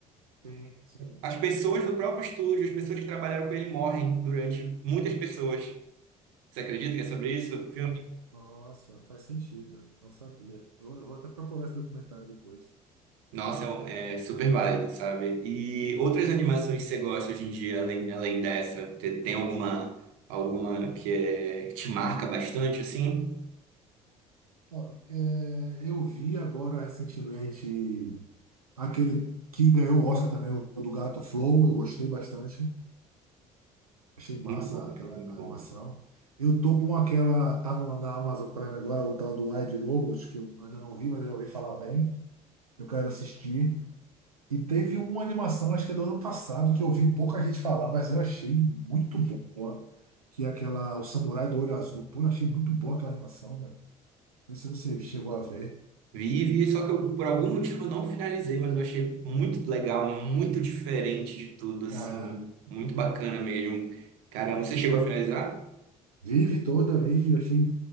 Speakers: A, on the right (about 85°); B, on the right (about 65°).
A: Sim, sim.
B: As pessoas do próprio estúdio, as pessoas que trabalharam com ele morrem durante muitas pessoas. Você acredita que é sobre isso, o filme?
A: Nossa, faz sentido. Não sabia. Eu, eu vou até procurar esse documentário depois.
B: Nossa, é, um- é super válido, sabe? E outras animações que você gosta hoje em dia, além, além dessa, te- tem alguma, alguma que, é, que te marca bastante, assim?
A: Ó, é, eu vi agora recentemente aquele que ganhou o Oscar também, o do Gato Flow. Eu gostei bastante. Achei
B: Muito
A: massa
B: bom,
A: aquela
B: muito bom.
A: animação. Eu tô com aquela. Tá no, na Amazon Prime agora, o tal do Wide Robot, que eu ainda não vi, mas eu ouvi falar bem. Eu quero assistir. E teve uma animação, acho que é do ano passado, que eu vi pouca gente falar, mas eu achei muito boa. Que é aquela, o Samurai do Olho Azul. Pô, eu achei muito boa aquela animação, velho. Não sei se você chegou a ver.
B: Vi, vi, só que eu, por algum motivo, não finalizei, mas eu achei muito legal, muito diferente de tudo, assim,
A: Ah,
B: muito bacana mesmo. Caramba, você chegou a finalizar?
A: vive toda, vi, achei.